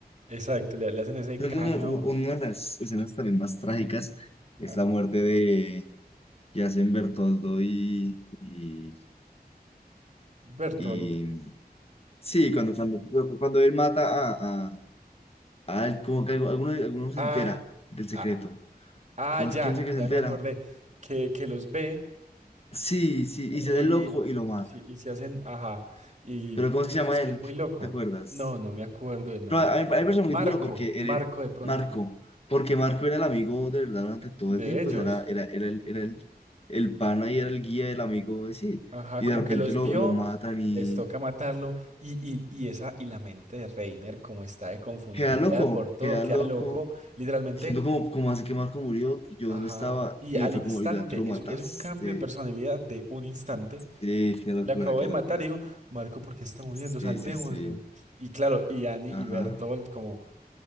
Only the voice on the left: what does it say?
Yo creo que
una,
una de las escenas también más trágicas es
la muerte de Yacen Bertoldo y, y,
y- sí, cuando, cuando, cuando él mata a, a, a él, como que algo- alguno, alguno se
entera del secreto.
¿Cómo
es quién se que
se entera?
Sí, sí, y se
hace loco y lo mata.
Pero ¿cómo
es que se
llama
él?
¿Te acuerdas?
Pero a a mí me parece muy
duro porque él
era-
Marco,
porque Marco era el amigo de verdad durante todo
el tiempo,
o sea, era, era, era el, era el, el pana y era el guía del amigo, sí,
y
de repente
lo,
lo matan y
queda loco,
queda
loco.
Me Siento como, como así que Marco murió, yo
dónde estaba,
y
fue
como, literal, tú lo mataste.
Sí, qué locura,
qué
locura.
Sí,
sí, sí.
Ajá,